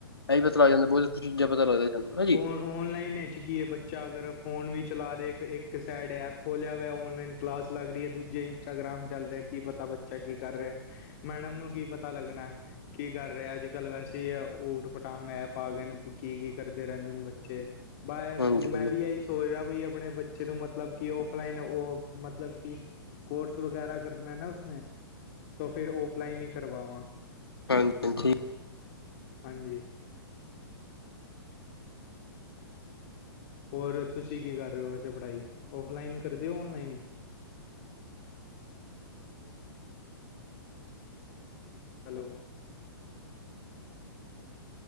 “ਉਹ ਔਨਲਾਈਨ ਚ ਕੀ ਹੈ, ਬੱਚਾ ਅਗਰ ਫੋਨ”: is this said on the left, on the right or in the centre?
Left